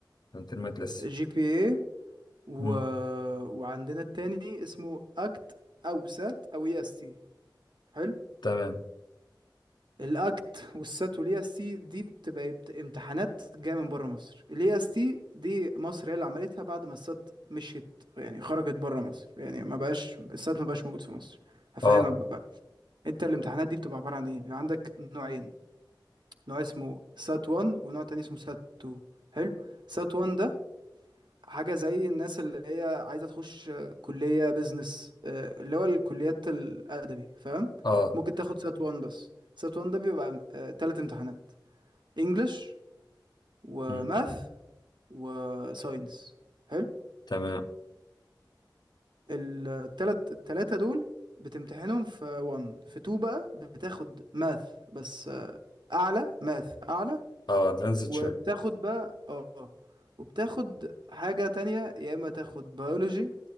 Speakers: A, on the left; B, on the right.
A: يعني الترمات لسه
B: جي بي اي و...
A: امم
B: وعندنا التاني اسمه اكت او سات او اي اس تي حلو
A: تمام
B: الاكت والسات والاي اس تي دي بتبقى بت- امتحانات جايه من بره مصر الاي اس تي دي مصر هي اللي عملتها بعد ما السات مشيت يعني خرجت بره مصر يعني ما بقاش السات ما بقاش موجود في مصر هفهمك
A: اه
B: بقى انت الامتحانات دي بتبقى عباره عن ايه بيبقى عندك نوعين نوع اسمه سات 1 ونوع تاني اسمه سات 2 حلو سات 1 ده حاجه زي الناس اللي هي عايزه تخش آه، كليه بيزنس آه، اللي هو الكليات الادبي فاهم
A: اه
B: ممكن تاخد سات 1 بس سات 1 ده بيبقى ثلاث امتحانات انجلش وماث
A: مم.
B: وساينس حلو
A: تمام
B: التلات التلاتة دول بتمتحنهم في 1 في 2 بقى بتاخد ماث بس آه، اعلى ماث اعلى
A: اه ادفانسد
B: وبتاخد
A: شوية
B: بقى اه وبتاخد حاجة تانية يا اما تاخد بيولوجي